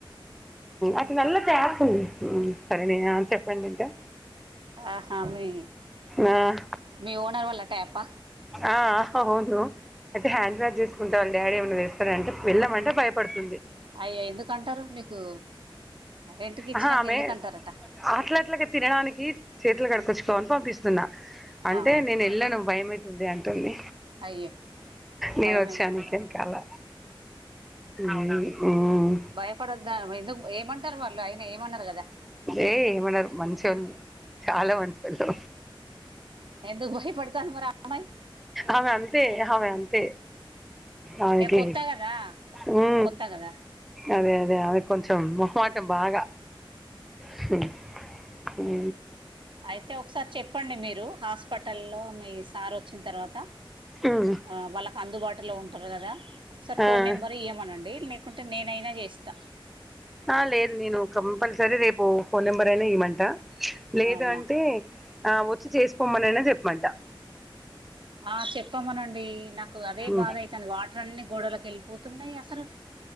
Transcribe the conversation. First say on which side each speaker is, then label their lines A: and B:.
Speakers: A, in the centre; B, on the right.
A: అటు నల్ల ట్యాప్ ఉంది ఆ సరేనని చెప్పండి ఇంకా
B: ఆహా మీ
A: ఆహ్
B: మీ ఓనర్ వాళ్ళ ట్యాపా
A: ఆహా అవును అయితే హ్యాండ్ వాష్ చేసుకుంటే వాళ్ళ డాడి ఏమన్నా తేస్తారంటే వెళ్ళామంటే భయపడుతుంది
B: అయ్యా ఎందుకుంటారు మీకు రెంట్కి ఇచ్చినంకా
A: ఆహా ఆమె
B: ఎందుకుంటారట
A: అట్ల అట్లా తినడానికి చేతులు కడుకొచ్చుకోమని పంపిస్తు తున్న అంటే
B: అవును.
A: నేను వెళ్ళాను భయమైతుంది అంటుంది
B: అయ్యో
A: నేను
B: భయం
A: వచ్చాను
B: ఎందుకు
A: ఇంకా వెనకాల అవునా ఉ
B: భయపడొద్దా ఎందుకు ఏమంటారు వాళ్ళు అయినా ఏమన్నారు కదా
A: ఏ ఏమనరు మంచొళ్ళు చాలా మంచోళ్ళు
B: ఎందుకు భయపడుతంది మరి ఆ అమ్మాయి
A: అమె అంతే అమే అంతే ఆమెకీ
B: ఏ కొత్త కదా
A: ఉ
B: కొత్త కదా
A: అదే అదే ఆమెకి కొంచెం మొహమాటం బాగా హ్ ఉ
B: అయితే ఒకసారి చెప్పండి మీరు హాస్పిటల్లో మీ సార్ ఓచ్చిన తర్వాత
A: మ్మ్.
B: అ వాళ్ళకు అందుబాటులో ఉంటరు గద ఒక సారి ఫోన్
A: ఆ
B: నెంబర్ ఇయ్యమనండి లేకుంటే నేనైనా జెస్త
A: ఆ లేదు నేను కంపల్సరీ రేపు ఫోన్ నెంబర్ అయినా ఇమంట లేదు
B: అవునా
A: అంటే ఆ వచ్చి చేసుపొమ్మనైనా చెప్పమంట
B: ఆ చెప్పమనండి నాకు అదే
A: ఉమ్
B: బాధ అయితంది వాట్ అన్ని గోడలకు ఎళ్ళిపోతున్నయి అసల్